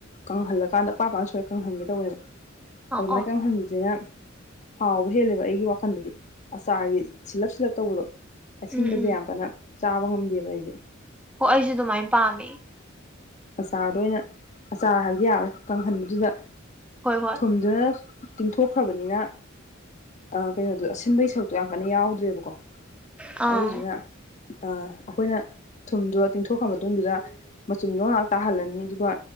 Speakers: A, on the left; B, in the centre.
A: ꯀꯪꯍꯜꯂꯀꯥꯟꯗ ꯄꯥ ꯄꯄꯥꯟ ꯁꯣꯏꯨꯔꯀꯅꯨ ꯍꯟꯒꯦ ꯇꯧꯕꯑꯦꯕ꯫
B: ꯑꯣ
A: ꯑꯗꯨꯃꯥꯏ
B: ꯑꯣ
A: ꯀꯪꯍꯟꯂꯤꯖꯤꯅ ꯍꯥꯎꯕ ꯍꯦꯜꯂꯦꯕ ꯑꯩꯒꯤ ꯋꯥꯈꯜꯗꯗꯤ ꯑꯆꯥꯔꯒꯤ ꯁꯤꯜꯂꯞ ꯁꯤꯜꯂꯞ ꯇꯧꯕꯗꯣ꯫ ꯑꯁꯤꯟꯕꯖꯦ
B: ꯎꯝ ꯎꯝ
A: ꯌꯥꯝ ꯀꯟꯅ ꯆꯥꯕ ꯉꯝꯗꯦꯕ ꯑꯩꯗꯤ꯫
B: ꯍꯣ ꯑꯩꯖꯨ ꯑꯗꯨꯃꯥꯏꯅ ꯄꯥꯝꯃꯦ꯫
A: ꯑꯆꯥꯔꯗꯨ ꯑꯣꯏꯅ ꯑꯆꯥꯔ ꯍꯥꯏꯕꯗꯤ ꯌꯥꯔꯔꯣꯢ꯫ ꯀꯪꯍꯟꯕꯗꯨꯗ
B: ꯍꯣꯏ ꯍꯣꯏ
A: ꯊꯨꯝꯗꯨꯅ ꯇꯤꯡꯊꯣꯛꯈ꯭ꯔꯕꯅꯤꯅ ꯑꯥ ꯀꯩꯅꯣꯗꯣ ꯑꯁꯤꯟꯕꯩ ꯁꯔꯨꯛꯇꯣ ꯌꯥꯝ ꯀꯟꯅ ꯌꯥꯎꯗ꯭ꯔꯦꯕꯀꯣ꯫
B: ꯑꯪ
A: ꯑꯗꯨꯗꯨꯅꯥ <unintelligible> ꯑꯩꯈꯣꯏꯅ ꯊꯨꯝꯗꯣ ꯇꯤꯡꯊꯣꯛꯈ꯭ꯔꯕ ꯃꯇꯨꯡꯗꯨꯗ ꯃꯆꯨꯝꯗꯣ ꯉꯥꯏꯍꯥꯛ ꯇꯥꯍꯜꯂꯅꯤ ꯑꯗꯨꯒ